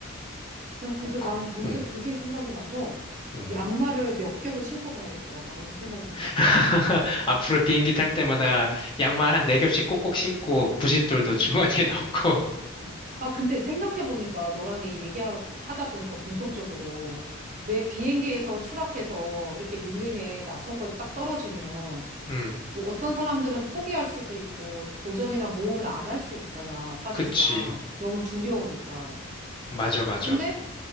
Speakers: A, on the right; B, on the left.
A: 나 그래서
B: 그-
A: 난 문득
B: 응,
A: 그게 생각이 나서
B: 응.
A: 양말을 몇 겹을 신고 가야겠다. 막 이런 생각이 든다,
B: <laughs>
A: 갑자기.
B: 앞으로 비행기 탈 때마다 양말 한 네 겹씩 꼭꼭 신고 부싯돌도 주머니에
A: 어.
B: <laughs> 넣고.
A: 어. 아, 근데 생각해보니까 너랑 얘기- 얘기하다 보니까 공통적으로 왜 비행기에서 추락해서 이렇게 밀림에 낯선 곳에 딱 떨어지면
B: 응,
A: 뭐 어떤 사람들은 포기할 수도 있고 도전이나 모험을 안 할 수 있잖아, 사실상.
B: 그치.
A: 너무 두려우니까.
B: 맞아, 맞아.
A: 근데,